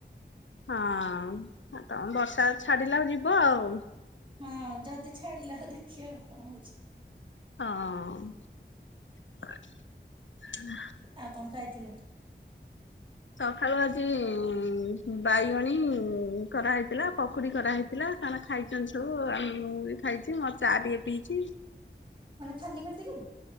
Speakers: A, on the left; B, on the right.
A: ହଁ ତମେ ବର୍ଷା ଛାଡିଲା ଯିବ ଆଉ।
B: ହଁ ଯଦି ଛାଡିଲା ଦେଖିବା ଆଉ କଣ ହଉଛି।
A: ହଁ।
B: ଆଉ କଣ ଖାଇଥିଲେ?
A: ସକାଳୁ ଆଜି ଉ ବାଇଗଣୀ କରାହେଇଥିଲା ପକୁଡି କରାହେଇଥିଲା। ଏ ମାନେ ଖାଇଛନ୍ତି ସବୁ ଆଉ ମୁଁ ବି ଖାଇଛି ମୋର ଚା ଟିକେ ପିଇଛି।
B: ମାନେ ଖାଲି ହେତିକି